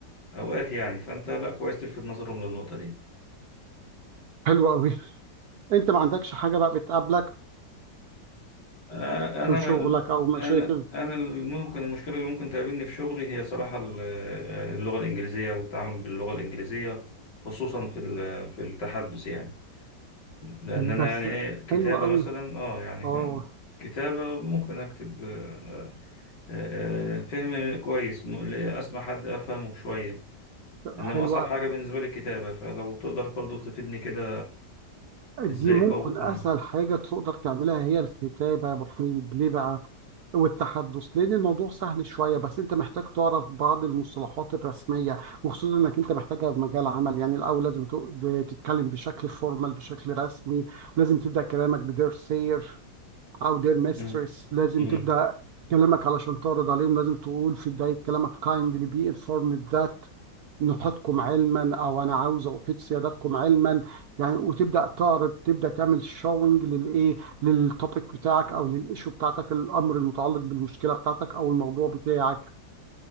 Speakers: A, on the left; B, on the right.
A: أوقات يعني فأنت لا كويس تلفت نظرهم للنقطة دي
B: حلو قوي انت ما عندكش حاجة بقى بتقابلك
A: آه،
B: في
A: أنا
B: شغلك او مشاكل
A: أنا أنا ممكن المشكلة اللي ممكن تقابلني في شغلي هي صراحة ال- آه، اللغة الإنجليزية والتعامل باللغة الإنجليزية خصوصا في ال- في التحدث يعني لان انا
B: بس
A: يعني ايه كتابه
B: حلو قوي
A: مثلا اه يعني م-
B: اه
A: كتابه ممكن اكتب آه، آه، آه، فهم كويس م- اسمع حد افهمه شويه انما
B: حلو
A: اصعب حاجه بالنسبه لي الكتابه فلو تقدر برضه تفيدني كده
B: دي
A: ازاي
B: ممكن
A: قوي مم.
B: اسهل حاجه تقدر تعملها هي الكتابه يا ابو حميد ليه بقى والتحدث لان الموضوع سهل شويه بس انت محتاج تعرف بعض المصطلحات الرسميه وخصوصا انك انت محتاجها في مجال عمل يعني الاول لازم تق- تتكلم بشكل فورمال بشكل رسمي لازم تبدا كلامك بدير سير او دير ميسترس
A: مم.
B: لازم
A: مم.
B: تبدا كلامك علشان تعرض عليهم لازم تقول في بدايه كلامك kindly be informed that نحيطكم علما او انا عاوز احيط سيادتكم علما يعني وتبدا تعرض تبدا تعمل شوينج للايه للتوبيك بتاعك او للايشو بتاعتك الامر المتعلق بالمشكله بتاعتك او الموضوع بتاعك